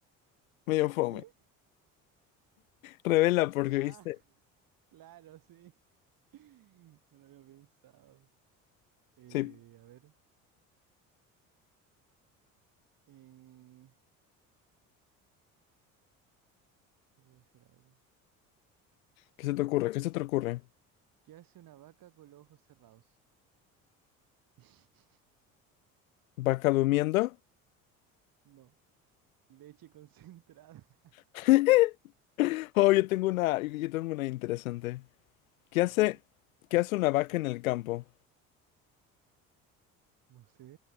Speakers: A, on the left; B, on the right.
A: Medio fome.
B: ¿Qué?
A: Revela porque
B: Ah,
A: viste.
B: claro, sí. <laughs> No lo había pensado. Eh,
A: Sí.
B: a ver. Eh, ¿Qué puede ser? A ver.
A: ¿Qué se te ocurre? ¿Qué se te ocurre?
B: ¿qué hace una vaca con los ojos cerrados? <laughs>
A: ¿Vaca durmiendo?
B: No, leche concentrada. <laughs>
A: <laughs> Oh, yo tengo una. Yo yo tengo una interesante. ¿Qué hace?
B: Blur.
A: ¿Qué hace una vaca en el campo?
B: No sé.